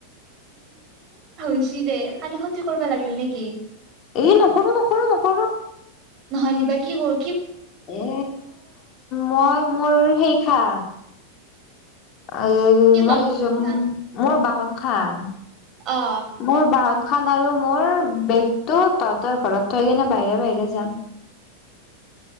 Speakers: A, on the right; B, on the left.
A: ইছি দেই কালি কতি কৰিবা লাগিল নেকি?
B: এই নকৰো নকৰো নকৰো।
A: নহ'লে বা কি কৰ।
B: এ মই মোৰ সেই খা এই
A: কি তই
B: মই
A: তোৰ নিচিনাত
B: মোৰ বাহন খান।
A: অ
B: মোৰ বাহন। খান আৰু মোৰ বেগতটো তহতৰ ঘৰত থৈ কিনে বাহিৰে বাহিৰে যাম।